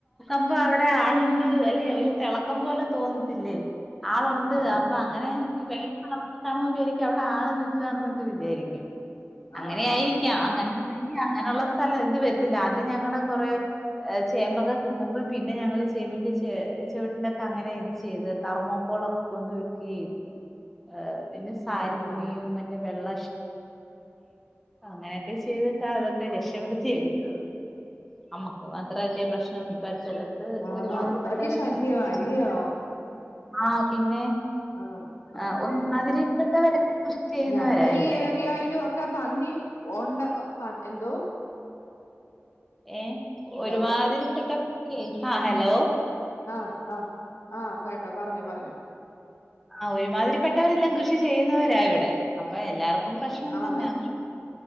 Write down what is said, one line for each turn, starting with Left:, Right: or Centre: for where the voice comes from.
Centre: മ്പോ അവിടെ ആളുണ്ട് അല്ലെ ഒരു തിളക്കം പോലെ തോന്നത്തില്ലേ ആളുണ്ട്
Left: ആഹ്
Centre: അപ്പൊ അങ്ങനെ വെള്ളകളറൊക്കെ കാണുമ്പോ വിചാരിക്കും അവിടെ ആള് നിക്കാണ്എന്നൊക്കെ വിചാരിക്കും അങ്ങനെ
Left: ആഹ് ആഹ്
Centre: ആയിരിക്കാം
Left: ആഹ്
Centre: അങ്ങനെയാണെങ്കി അങ്ങനെയുള്ള സ്ഥലം ഇത് വരത്തില്ല അത് ഞങ്ങളുടെ കുറെ ചേമ്പൊക്കെ തിന്നപ്പം പിന്നെ ഞങ്ങൾ ചേമ്പിന്റെ ച ചെവിട്ടിലൊക്കെ അങ്ങനെ ഇത് ചെയ്ത് തർമോക്കോളൊക്കെ കൊണ്ട വെക്കയും ഏ പിന്നെ സാരി
Left: ആഹ് ആഹ്
Centre: തുണിയും മറ്റേ വെള്ള അങ്ങനെയൊക്കെ ചെയ്തിട്ടാ അതൊക്കെ രക്ഷപ്പെടുത്തി എടുത്തത് അമ്മ മാത്രല്ലേ പ്രശ്നംഈ സ്ഥലത്ത്
Left: ആന്നോ
Centre: ഒരുമാതിരിപ്പെെട്ടവരെല്ലാം
Left: അത്രക്ക് ശല്യവാ അല്ലയോ
Centre: ചെയ ആഹ് പിന്നെ
Left: ആ ആ
Centre: ആഹ് ഒരുമാതിരിപ്പെട്ടവരെല്ലാം
Left: ആ ആ
Centre: കൃഷി ചെയ്യുന്നവരാ
Left: ഞങ്ങളടെ
Centre: ഇവിടെ
Left: ഈ ഏരിയായി ലും ഒക്കെ പന്നി ഉണ്ട് എന്തോ
Centre: ഏ
Left: ഹലോ
Centre: ഒരുമാതിരിപ്പെട്ട ആ
Left: ഞ
Centre: ഹലോ
Left: ആഹ് ആഹ് ആഹ് കേട്ടോ പറഞ്ഞോ പറഞ്ഞോ
Centre: ആ ഒരുമാതിരിപ്പെട്ടവരെല്ലാം കൃഷി ചെയ്യുന്നവരാ ഇവിടെ അപ്പൊ എല്ലാർക്കും പ്രശ്നം
Left: ആതെ
Centre: തന്നാ